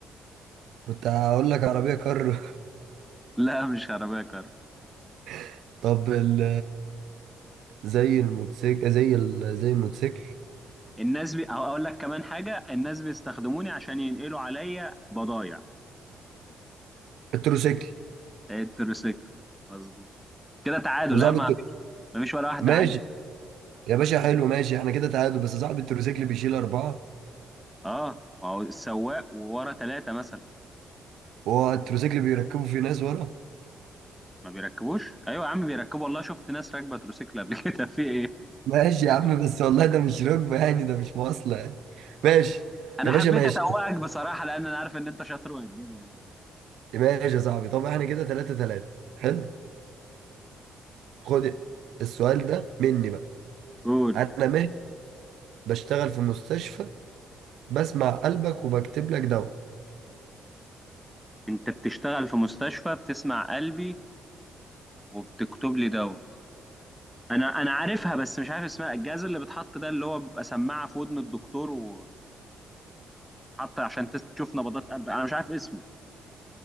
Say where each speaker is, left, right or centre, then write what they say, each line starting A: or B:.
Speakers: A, on the right; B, in the centre.
A: كنت هقول لك عربية كر
B: لا مش عربيه كار
A: <laughs> طب ال... زي الموتوسيكل زي ال... زي الموتوسيكل
B: الناس بي... أو اقول لك كمان حاجه الناس بيستخدموني عشان ينقلوا عليا بضايع
A: التروسيكل
B: التريسيكل مظبوط كده تعادل
A: طب صعب
B: لا ما
A: الترو...
B: ما فيش ولا واحدة
A: ماشي
B: عدت
A: يا باشا حلو ماشي احنا كده تعادل بس صاحب التروسيكل بيشيل أربعة
B: اه ما هو السواق وورا ثلاثة مثلا
A: وهو التروسيكل بيركبه في ناس ورا
B: ما بيركبوش ايوه يا عم بيركبوا والله شفت ناس راكبة تروسيكل قبل كده <laughs> في ايه
A: ماشي يا عم بس والله ده مش ركبة يعني ده مش مواصلة يعني ماشي
B: انا
A: يا باشا
B: حبيت
A: ماشي
B: اتوقك بصراحة لان انا عارف ان انت شاطر وهتجيبها يعني.
A: ماشي يا صاحبي طب احنا كده تلاتة تلاتة حلو خد السؤال ده مني بقى
B: قول
A: أنا مهدي بشتغل في مستشفى بسمع قلبك وبكتب لك دواء
B: انت بتشتغل في مستشفى بتسمع قلبي وبتكتب لي دواء انا انا عارفها بس مش عارف اسمها الجهاز اللي بيتحط ده اللي هو بيبقى سماعة في ودن الدكتور وتتحط عشان تس- تشوف نبضات قلبك انا مش عارف اسمه